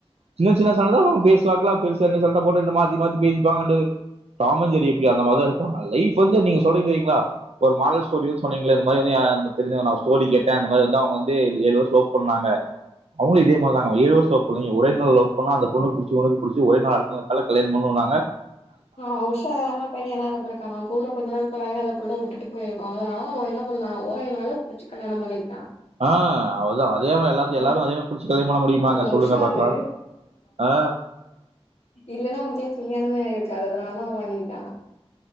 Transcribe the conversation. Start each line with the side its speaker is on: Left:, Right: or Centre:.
Right: சின்ன சின்ன சண்ட தா அவங்க பேசுவாக்குலா பெருசா என்ன சண்டா போட்டு என்ன மாத்தி மாத்தி பேசிப்பாங்கது டாமஞ்சேரி எப்டி அந்த மாரி தா இருப்பாங்க லைஃப் வந்து நீங்க சொல்றீங்க தெரியிங்ளா ஒரு மாரல் ஸ்டோரி யூஸ் பண்ணிங்ளே இந்த மாரி வந்து தெரிஞ்சவ நா ஸ்டோரி கேட்ட அந்த மாரி வந்து அவங்க வந்து ஏலு வருஷ் லவ் பண்ணாங்க அவங்ளும் இதே மாரி தாங்க ஏலு வருஷ் லவ் பண்ணங்க ஒரே நாள் லவ் பண்ணா அந்த பொண்ணு புடிச்சு உனக்கு புடிச்சு ஒரே நாள் குள்ள கல்யாண பண்ணுன்னாங்க
Left: ஆ உஷாரான பையன்னாருந்துருக்காங்க அவே கூட கொஞ்ச நாள் பழகுறதுகுள்ள விட்டுட்டு போயிருக்கா அதனால அவன் என்ன பண்ணா ஒரே நாள்ல வச்சி கல்யாணம் பண்ணிக்கிட்டா
Right: ஆ அவள்தா வாழ் அதே மாரி எல்லாத்தியு
Left: ஆ
Right: எல்லாரும் அதேமே புடிச்சு கல்யா பண்ண முடியுமாங்க
Left: அவ
Right: சொல்லுங்க
Left: உஷாரு
Right: பாக்கலா ஆ
Left: இல்லலன்னா அவன்க்லா கல்யாணமே ஆய் இருக்காது அதனாலதா அவன் பண்ணிட்டா